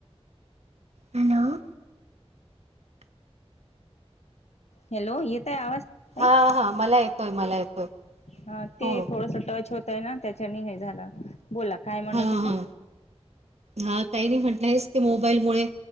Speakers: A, on the right; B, on the left.
A: हॅलो.
B: हॅलो येत आहे आवाज. ताई?
A: हा हा मला येतोय मला येतोय.
B: ह ते
A: हो
B: थोडस टच होतय ना त्याच्याने हे झालं, बोला काय म्हणत
A: हा
B: होत्या.
A: हा हा काही नाही म्हटलं आहेच ते मोबाईलमुळे.